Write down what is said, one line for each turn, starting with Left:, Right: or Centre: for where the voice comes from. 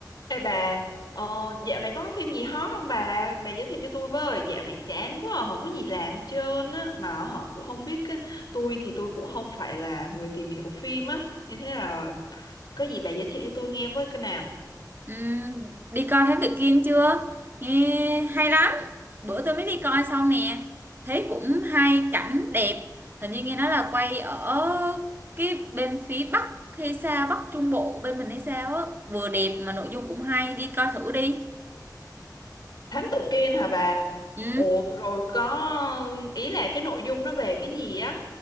Left: Ê bà, ờ, dạo này có phim gì hot không bà? Bà giới thiệu cho tôi với, dạo này chán quá, à, không có gì làm hết trơn á, mà họ cũng không biết, cái- tôi thì tôi cũng không phải là người tìm hiểu phim á, nên thế là có gì bà giới thiệu cho tôi nghe với cái nào?
Right: Ừm, đi coi Thám Tử Kiên chưa? Nghe hay lắm. Bữa tôi mới đi coi xong nè. Thấy cũng hay cảnh đẹp. Hình như nghe nói là quay ở cái bên phía Bắc hay sao, Bắc Trung Bộ bên mình hay sao á. Vừa đẹp mà nội dung cũng hay, đi coi thử đi.
Left: Thám tử Kiên hả bà?
Right: Ừ.
Left: Ủa rồi có, ý là cái nội dung nó về cái gì á?